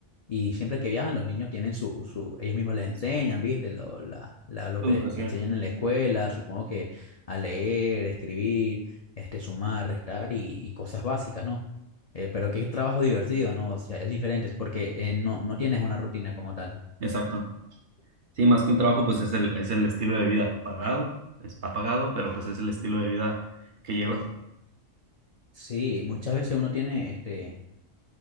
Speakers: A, on the left; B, on the right.
A: Y siempre que viajan, los niños tienen su, su ellos mismos les enseñan, ¿viste? Lo, la- la- lo que
B: Educación.
A: les enseñan en la escuela, supongo que a leer, escribir, este, sumar, restar y, y cosas básicas, ¿no? Eh, pero qué trabajo divertido, ¿no? O sea, es diferente, es porque eh, no, no tienes una rutina como tal.
B: Exacto. Sí, más que un trabajo, pues es el, es el estilo de vida pagado, está pagado, pero pues es el estilo de vida que llevas.
A: Sí, muchas veces uno tiene este,